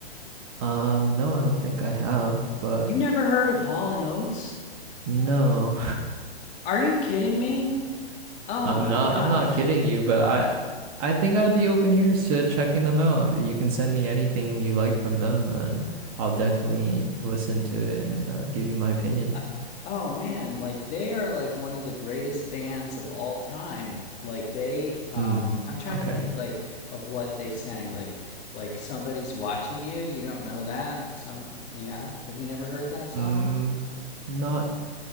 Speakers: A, on the right; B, on the left.
A: um, no, I don't think I have, but
B: You've never heard of Hall and Oates?
A: no,
B: Are you kidding me?
A: <laughs>
B: Oh
A: I'm
B: my
A: not.
B: gosh.
A: I'm not kidding you, but I, I think I'd be open ears to checking them out. You can send me anything you like from them, and I'll definitely listen to it and uh, give you my opinion.
B: Uh, oh man, like they are like one of the greatest bands of all time. Like they um
A: Hmm.
B: I'm trying
A: Okay.
B: to think like of what they sang like like somebody's watching you. You don't know that? Some yeah. Have you never heard that song?
A: Hmm. Not